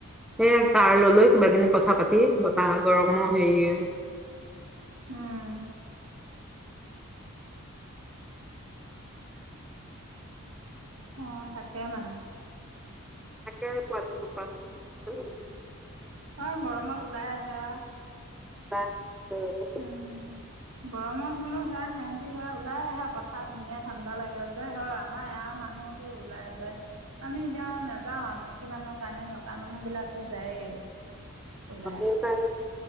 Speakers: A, in the centre; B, on the right (about 80°).
A: সে ছাৰ ললৈ কিবাখিনি কথা পাতি বতাহ গৰমৰ হেৰি
B: ওম্ অ থাকে মানে।
A: নাকে পোৱালল ক্পা <unintelligible>
B: বৰ গৰমত ওলাই আহে।
A: হয় <unintelligible>
B: উম
A: <inaudible>
B: গৰমত বোলো সেয়া সিহঁতি সেয়া ওলাই আহে পথাৰ ধুনীয়া ঠাণ্ডা লাগে যে হয়। আমাৰ ইয়াৰ মানুহতো ওলাই যায়, আমি যাওঁ নাযাওঁ আমি মাইকী মানুহৰ কাৰণে মতা মানুহ বিলাকতো যায়েই। ওলাই।
A: অ হেকৰণে